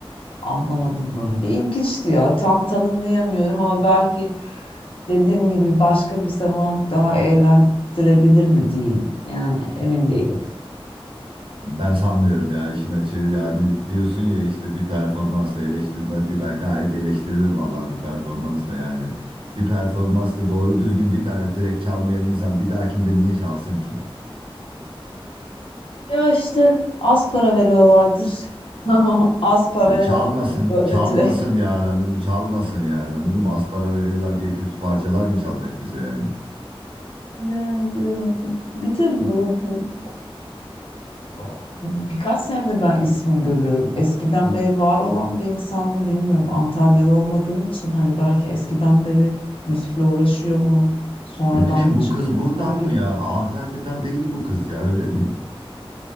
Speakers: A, on the left; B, on the right.
A: Anlamadım böyle. Bir ilginçti ya. Tam tanımlayamıyorum ama belki dediğim gibi başka bir zaman daha eğlendirebilir mi diyeyim. Yani emin değilim.
B: Ben sanmıyorum ya işin açığı yani diyorsun ya işte bir performansla eleştirilmez diye ben gayet eleştiririm vallahi bir performansla yani. Bir performansta doğru düzgün bir tane track çalmayan insan bir dahakinde niye çalsın ki?
A: Ya işte az para veriyorlardır. <laughs> Az paraya
B: E, çalmasın,
A: böyle
B: çalmasın
A: direkt.
B: yani anladım, çalmasın yani anladım. Az para veriyorlar diye kötü parçalar mı çalacak bize yani?
A: Yani bilemedim. Bir de bu, bu O- Birkaç senedir ben ismini görüyorum. Eskiden beri var olan bir insan mı bilmiyorum. Antalyalı olmadığım için hani belki eskiden beri müzikle uğraşıyor mu? Sonradan
B: Ne bileyim
A: mı
B: bu
A: çıktı?
B: kız buradan
A: Son bir
B: mı ya? Antalya'dan değil bu kız ya öyle mi?